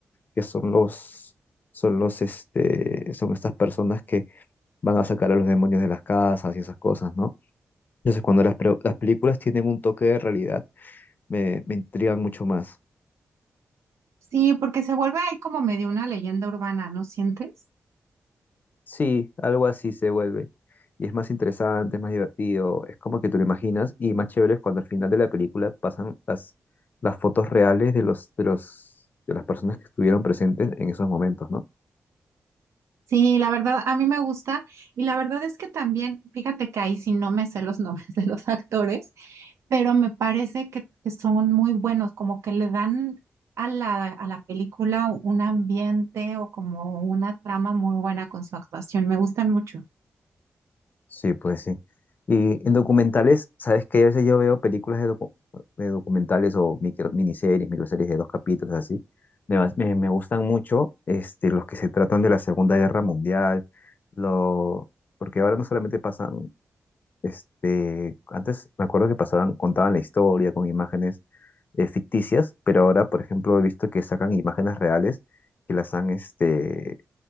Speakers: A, on the left; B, on the right.
A: que son los, son los, este, son estas personas que van a sacar a los demonios de las casas y esas cosas, ¿no? Entonces, cuando las, pre- las películas tienen un toque de realidad, me, me intrigan mucho más.
B: Sí, porque se vuelve ahí como medio una leyenda urbana, ¿no sientes?
A: Sí, algo así se vuelve. Y es más interesante, es más divertido, es como que tú lo imaginas y más chévere es cuando al final de la película pasan las, las fotos reales de los, de los, de las personas que estuvieron presentes en esos momentos, ¿no?
B: Sí, la verdad, a mí me gusta y la verdad es que también, fíjate que ahí sí no me sé los nombres <laughs> de los actores, pero me parece que, que son muy buenos, como que le dan a la, a la película un ambiente o como una trama muy buena con su actuación, me gustan mucho.
A: Sí, pues sí. Y en documentales, ¿sabes qué? A veces yo veo películas de, docu- de documentales o micro, miniseries, microseries de dos capítulos así. Me, va- me, me gustan mucho este, los que se tratan de la Segunda Guerra Mundial, lo, porque ahora no solamente pasan Este, antes me acuerdo que pasaban, contaban la historia con imágenes eh, ficticias, pero ahora, por ejemplo, he visto que sacan imágenes reales que las han, este,